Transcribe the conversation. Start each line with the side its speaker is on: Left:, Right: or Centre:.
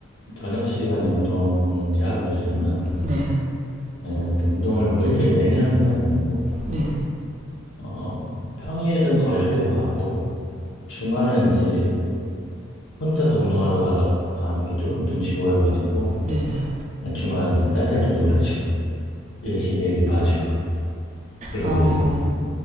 Left: 저녁 시간에 운동을 이제 하고요, 저는.
Right: 네,
Left: 네, 근데 운동을 뭐 일주일 내내 하는 건 아니고,
Right: 네,
Left: 어, 평일은 거의 하려고 하고, 주말은 이제 혼자서 운동하러 가, 가는 게 조금 눈치 보여가지고,
Right: 네, 네.
Left: 예, 주말은 이제 딸이랑 좀 놀아주고, <laughs> 열심히 애기 봐주고, 그러고
Right: 어,
Left: 있습니다.